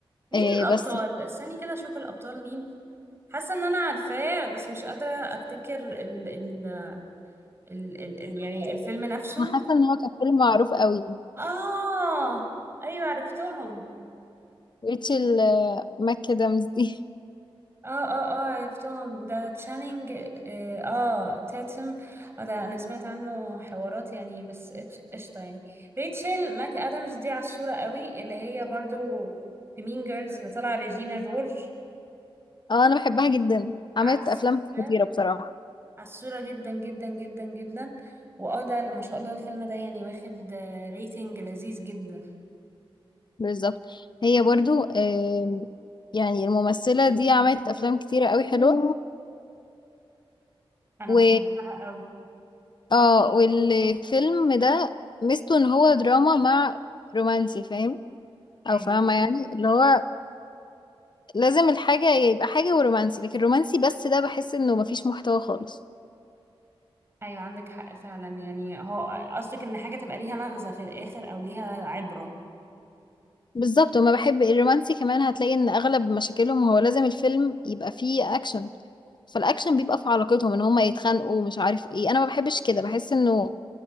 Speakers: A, on the right; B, on the left.
A: مين
B: إيه
A: الابطال
B: بس
A: استني كده اشوف الابطال مين حاسه ان انا عارفاه بس مش قادره افتكر ال ال ال ال ال يعني الفيلم نفسه
B: انا حاسة ان هو كان فيلم معروف قوي
A: اه ايوه عرفتهم
B: ريتشل آه، ماك ادمز دي
A: اه اه اه عرفتهم ده تشانينج اه آه، تاتم اه ده انا سمعت عنه حوارات يعني بس إتش- قشطة يعني ريتشل ماك ادمز دي عالصورة قوي اللي هي برضو في مين جيرلز اللي طالعة ريجينا جورج
B: <laughs> اه انا بحبها جدا
A: عالصورة
B: عملت افلام خطيرة بصراحة
A: عالصورة جدا جدا جدا جدا واه ده اللي ما شاء الله الفيلم ده يعني واخد آه، ريتنج لذيذ جدا
B: بالظبط هي برضو آم، يعني الممثلة دي عملت أفلام كتيرة قوي حلوة
A: انا
B: و
A: بحبها قوي
B: اه والفيلم ده ميزته ان هو دراما مع رومانسي فاهم او
A: ايوه
B: فاهمة يعني اللي هو لازم الحاجة يبقى حاجة ورومانسي لكن الرومانسي بس ده بحس انه مفيش محتوى خالص
A: ايوه عندك حق فعلا يعني هو قصدك ان حاجة تبقى ليها مغزى في الاخر او ليها عبرة
B: بالظبط وما بحب الرومانسي كمان هتلاقي ان اغلب مشاكلهم هو لازم الفيلم يبقى فيه اكشن فالاكشن بيبقى في علاقتهم ان هما يتخانقوا مش عارف ايه انا ما بحبش كده بحس انه